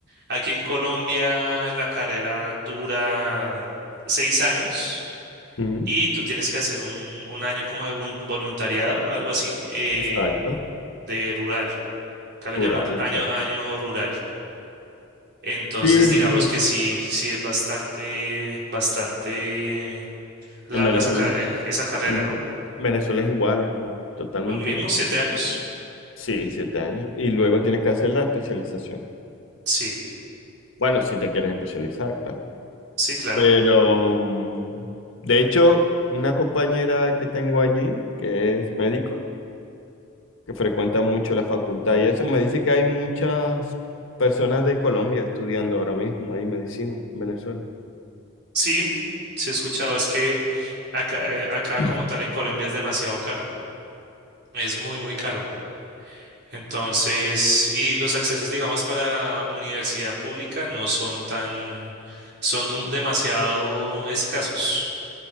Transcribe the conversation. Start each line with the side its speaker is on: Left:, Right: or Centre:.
Right: Aquí en Colombia la carrera dura seis años
Left: Ujú,
Right: y tú tienes que hacer un, un año como de volun- voluntariado, algo así, eh,
Left: Exacto.
Right: de rural. Acá lo
Left: Rural,
Right: llaman ru- año,
Left: exacto.
Right: año rural. Entonces,
Left: Sí,
Right: digamos
Left: sí.
Right: que sí, sí es bastante, bastante larga
Left: En Venezuela,
Right: esa, ca- eh, esa carrera,
Left: mm,
Right: ¿no?
Left: Venezuela es igual, es igual, totalmente
Right: ¿Los mismos
Left: igual.
Right: siete años?
Left: Sí, siete años. Y luego tienes que hacer la especialización.
Right: Sí,
Left: Bueno, si te quieres especializar, claro.
Right: sí, claro.
Left: Pero, mm, de hecho, una compañera que tengo allí, que es médico, que frecuenta mucho la facultad y eso, me dice que hay muchas personas de Colombia estudiando ahora mismo ahí medicina en Venezuela.
Right: Sí, sí he escuchado, es que acá, eh, acá
Left: <laughs>
Right: como tal en Colombia es demasiado caro. Es muy, muy caro. Entonces, y los accesos, digamos, para universidad pública no son tan, son dem- demasiado escasos.